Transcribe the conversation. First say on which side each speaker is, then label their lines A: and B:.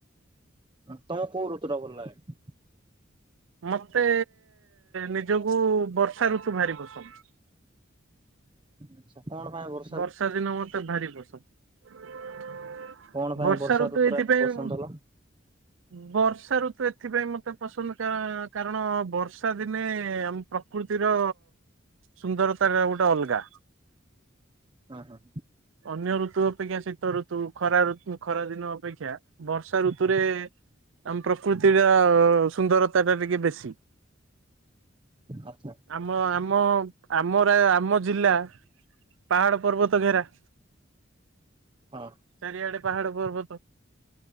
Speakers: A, on the right; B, on the right.
A: ହଁ ତାହେଲେ କୋଉ ଋତୁ ଟା ଭଲଲାଗେ।
B: ମତେ ନିଜକୁ ବର୍ଷା ଋତୁ ଭାରି ପସନ୍ଦ।
A: ଆଛା କଣ ପାଇଁ ବର୍
B: ବର୍ଷା ଦିନ ମତେ ଭାରି ପସନ୍ଦ।
A: କଣ ପାଇଁ
B: ବର୍ଷା ଋତୁ
A: ଟା
B: ଏଇଥିପାଇଁ
A: ଏତେ ପସନ୍ଦ
B: ଉଁ।
A: ହେଲା?
B: ବର୍ଷା ଋତୁ ଏଥିପାଇଁ ମତେ ପସନ୍ଦ କା କାରଣ ବର୍ଷା ଦିନେ ଆମ। ପ୍ରକୃତିର ସୁନ୍ଦରତା ଟା ଗୋଟେ ଅଲଗା।
A: ଅ ହଁ।
B: ଅନ୍ୟ ଋତୁ ଅପେକ୍ଷା ଶୀତ ଋତୁ ଖରା ଋ ଖରା ଦିନ ଅପେକ୍ଷା। ବର୍ଷା ଋତୁରେ ଆମ ପ୍ରକୃତିର ସୁନ୍ଦରତା ଟା ଟିକେ ବେଶୀ।
A: ଆଚ୍ଛା
B: ଆମ ଆମ ଆମ ରା ଆମ ଜିଲ୍ଲା ପାହାଡ଼ ପର୍ବତ ଘେରା।
A: ହଁ।
B: ଚାରିଆଡେ ପାହାଡ ପର୍ବତ।